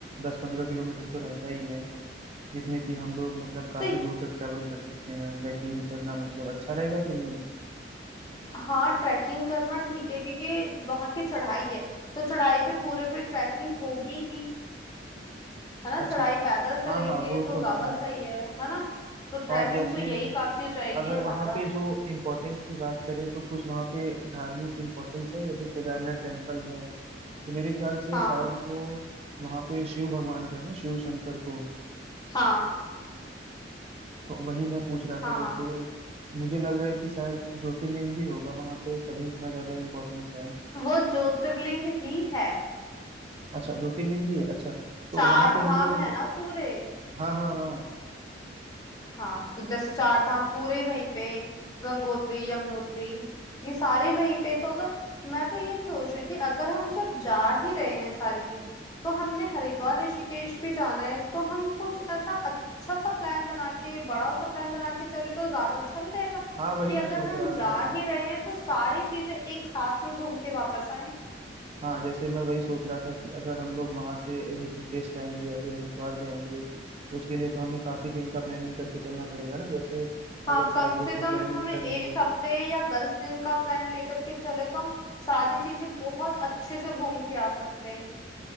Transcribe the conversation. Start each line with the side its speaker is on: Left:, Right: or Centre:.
Right: दस पंद्रह किलोमीटर तो रहता ही है जिसमें कि हम लोग मतलब काफी
Left: तो
Right: दूर तक ट्रेवल कर सकते हैं ट्रैकिंग करना मतलब अच्छा रहेगा कि नहीं
Left: हाँ ट्रैकिंग करना ठीक है क्योंकि वहां की चढ़ाई है तो चढ़ाई पे पूरे पे ट्रैकिंग होगी ही है ना
Right: अच्छा
Left: चढ़ाई पैदल चलेंगे
Right: हाँ हाँ वो
Left: तो
Right: तो
Left: ज्यादा
Right: है
Left: सही है है ना तो ट्रैकिंग
Right: और जैसे
Left: तो यही काफी हो जाएगी
Right: अगर
Left: हमारा
Right: वहाँ पे जो इम्पोर्टेंस की बात करें तो कुछ वहाँ पे धार्मिक इम्पोर्टेंस है जैसे केदारनाथ टेम्पल है तो मेरे ख्याल से
Left: हाँ
Right: शायद वो वहाँ पे शिव भगवान को है ना शिव शंकर को
Left: हाँ
Right: तो वही मैं पूछ रहा
Left: हाँ
Right: था जैसे
Left: हाँ
Right: मुझे लग रहा है कि शायद ज्योतिर्लिंग भी होगा वहाँ पे तभी इतना ज्यादा इम्पोर्टेंस है
Left: वो ज्योतिर्लिंग ही है
Right: अच्छा ज्योतिर्लिंग ही है अच्छा तो
Left: चार
Right: वहाँ पे
Left: धाम
Right: हम लोग
Left: है ना पूरे
Right: हाँ हाँ हाँ
Left: हाँ तो जैसे चार धाम पूरे ही वहीं पे गंगोत्री यमुनोत्री ये सारे वहीं पे तो अगर मैं तो ये सोच रही थी अगर हम जब जा ही रहे हैं सारी चीज तो हमने हरिद्वार ऋषिकेश भी जाना है तो हम कुछ ऐसा अच्छा सा प्लान बना के बड़ा सा प्लान बना के चले तो ज्यादा अच्छा नहीं रहेगा कि
Right: हाँ वही मैं
Left: अगर
Right: सोच
Left: हम
Right: रहा
Left: जा
Right: था
Left: ही रहे हैं तो सारी चीजें एक साथ में घूम के वापस आए
Right: हाँ जैसे मैं वही सोच रहा था कि अगर हम लोग वहां से ऋषिकेश जाएंगे या फिर हरिद्वार जाएंगे तो उसके लिए तो हमें काफी दिन का प्लानिंग करके चलना पड़ेगा ना जैसे अगर
Left: हाँ
Right: चार
Left: कम
Right: दिन
Left: से
Right: की
Left: कम
Right: प्लानिंग
Left: हमें
Right: करेंगे
Left: एक हफ्ते या दस दिन का प्लान लेकर के चले तो हम सारी चीजें बहुत अच्छे से घूम के आ सकते हैं